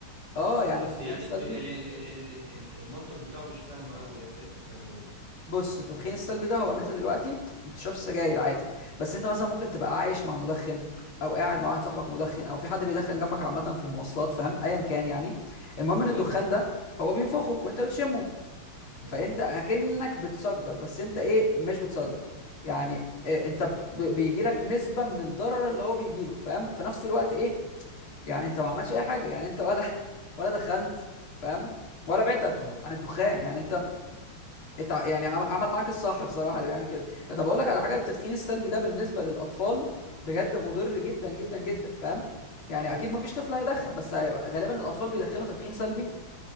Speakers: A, on the left; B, on the right.
A: اه يعني
B: بس
A: التدخين
B: يعني
A: السلبي
B: ال- ال- ال- ال- ال- المنطق بتاعه مش فاهمه قوي يعني يا ريت تفهمهولي
A: بص التدخين السلبي ده هو ان انت دلوقتي ما بتشربش سجاير عادي بس انت مثلا ممكن تبقى عايش مع مدخن او قاعد مع واحد صاحبك مدخن او في حد بيدخن جنبك عامه في المواصلات فاهم ايا كان يعني المهم ان
B: ايوه
A: الدخان ده هو بينفخه وانت بتشمه
B: امم
A: فانت اكنك بتسجر بس انت ايه مش بتسجر يعني إيه انت بيجي لك نسبه من الضرر اللي هو بيجي له فاهم في نفس الوقت ايه يعني انت ما عملتش اي حاجه يعني انت ولا <laughs> ولا دخنت فاهم ولا بعدت
B: اه
A: عن الدخان يعني انت اتع... يعني عم- عمل معاك الصح بصراحه اللي بيعمل كده طب اقول لك على حاجه التدخين السلبي ده بالنسبه للاطفال بجد مضر جدا جدا جدا فاهم يعني
B: امم
A: اكيد ما فيش طفل هيدخن بس هيبقى غالبا الاطفال بيدخنوا تدخين سلبي